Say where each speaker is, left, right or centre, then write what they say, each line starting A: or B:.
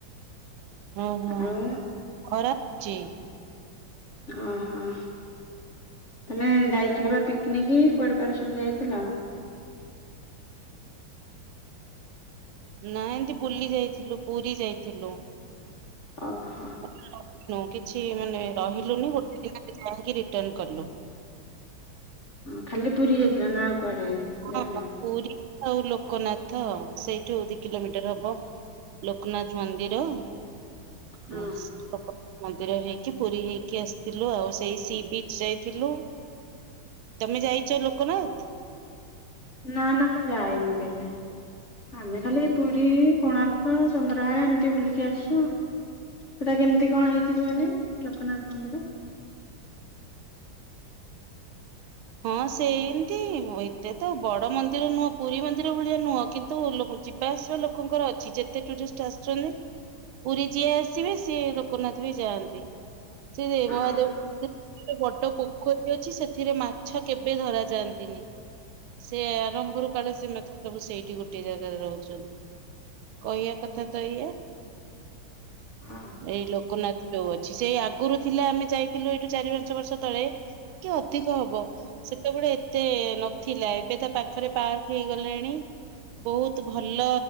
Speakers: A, on the right; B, on the left.
A: ହଁ ହଁ
B: ଆଉ
A: ଖରା ଉଛି?
B: ଓ ହୋ। ତମେ ଯାଇଥିଲ ବା ପିକନିକ୍ କୁଆଡେ କୁଆଡେ ସବୁ ଯାଇଥିଲ?
A: ନାଇଁ ଏନ୍ତି ବୁଲି ଯାଇଥିଲୁ ପୁରୀ ଯାଇଥିଲୁ।
B: ଓ ହୋ।
A: <unintelligible> କିଛି ମାନେ ରହିଲୁନୁ ଗୋଟେ ଦିନ <unintelligible> ରହିକି ରିଟନ୍ କଲୁ।
B: ହଁ ଖାଲି ପୁରୀ ଯାଇଥିଲ ନା ଆଉ କୁଆଡେ?
A: ହଁ
B: ଯାଇନ?
A: ପୁରୀ ଆଉ ଲୋକନାଥ ସେଇଠୁ ଦି କିଲୋମିଟର ହବ। ଲୋକନାଥ ମନ୍ଦିର <unintelligible>
B: ହଁ
A: ମନ୍ଦିର ହେଇକି ପୁରୀ ହେଇକି ଆସିଥିଲୁ ଆଉ ସେଇ ସି ବିଜ୍ ଯାଇଥିଲୁ। ତମେ ଯାଇଚ ଲୋକନାଥ?
B: ନା ନା ମୁଁ ଯାଇନି କେବେ ଆମେ
A: ହୁଁ
B: ଖାଲି
A: ହୁଁ।
B: ପୁରୀ, କୋଣା ର୍କ ଚନ୍ଦ୍ରଭାଗା ଏମତି ବୁଲିକି ଆସୁ। ସେଇଟା କେମିତି କଣ ହେଇଛି କହିଲେ ଲୋକନାଥ ମନ୍ଦିର?
A: ହଁ ସେମତି ଏତେ ତ ବଡ଼ ମନ୍ଦିର ନୁହଁ ପୁରୀ ମନ୍ଦିର ଭଳିଆ ନୁହଁ କିନ୍ କିନ୍ତୁ ଲୋକ ଯିବା ଆସିବା ଲୋକଙ୍କର ଅଛି ଯେତେ ଟୁରିଷ୍ଟ ଆସିଛନ୍ତି। ପୁରୀ ଯିଏ ଆସିବେ ସିଏ ଲୋକନାଥ ବି ଯାଆନ୍ତି। ସେ
B: ହଁ
A: ମହାଦେବ <unintelligible> ବଡ଼ ପୋଖରି ଟେ ଅଛି ସେଥିରେ ମା ମାଛ କେବେ ଧରା ଯାଆନ୍ତିନି ସେ ଆରମ୍ଭ ରୁ କାଳେ ସବୁ ସେଇଠି ଗୋଟିଏ ଜାଗାରେ ରହୁଛନ୍ତି। କହିବା କଥା ତ ଏୟା।
B: ହାଁ।
A: ଏଇ ଲୋକନାଥ ଯୋଉ ଅଛି ସେ ଆଗରୁ ଥିଲା ଆମେ ଯାଇଥିଲୁ ଏଠୁ ଚାରି ପାଞ୍ଚ ବର୍ଷ ତଳେ। ଟିକେ ଅଧିକ ହବ ସେତେବେଳେ ଏତେ ନ ଥିଲା ଏବେ ତ ପାଖରେ ପାର୍କ ହେଇ ଗଲାଣି। ବହୁତ ଭଲ